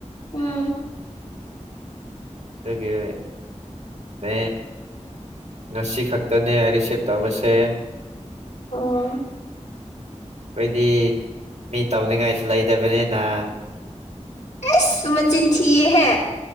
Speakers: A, on the left; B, on the right.
A: ꯎꯝ
B: ꯗꯨꯒꯤ ꯅ ꯉꯁꯤ ꯈꯛꯇꯅꯦ ꯑꯩ ꯔꯤꯁꯤꯞ ꯇꯧꯕꯁꯦ
A: ꯑꯣ
B: ꯑꯩꯈꯣꯏꯗꯤ ꯃꯤ ꯇꯧꯅꯤꯡꯉꯥꯏꯁꯨ ꯂꯩꯇꯕꯅꯤꯅ
A: ꯑꯦꯁ ꯃꯆꯤꯟ ꯊꯤꯌꯦꯍꯦ